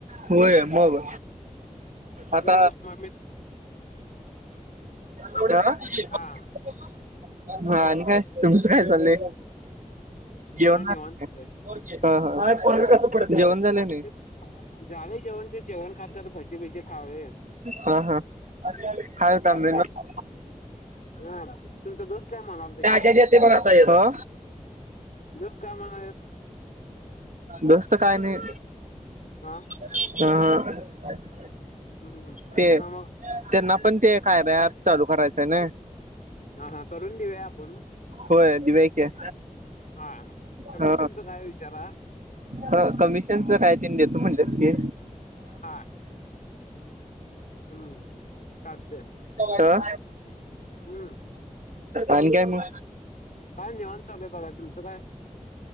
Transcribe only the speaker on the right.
होय मग आता
हा <unintelligible>
हा आणि काय तुमचं काय चाललंय? जेवण
झालं
काय? ह हा जेवण झालय?.
हा हा खाय
कामदल <unintelligible> <inaudible> <unintelligible>
हा
बसतो काय नाही.
हं हं
ते
त्यांना पण ते काय बाय अँप चालू करायचंय ना?
होय दिवूया <unintelligible> की
ह
ह कमिशनच काय तनी देतो म्हणल्यात की
ह
आणि काय मग